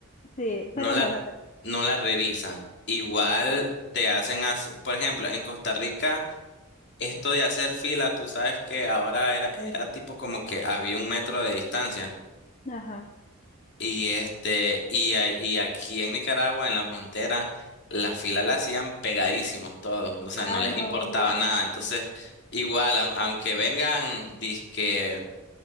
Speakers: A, on the left (about 35°); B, on the left (about 55°).
A: Sí,
B: no
A: pero
B: la,
A: no la... pe-
B: no la revisan. Igual
A: Ah,
B: te hacen, hace- por ejemplo, en Costa Rica, esto de hacer fila, tú sabes que ahora era, era tipo como que había un metro de distancia.
A: Ajá.
B: Y este, y, a- y aquí en Nicaragua, en la frontera, la fila la hacían pegadísimos todos, o sea, no
A: ah,
B: les
A: no.
B: importaba nada. Entonces, igual, au- aunque vengan, disque,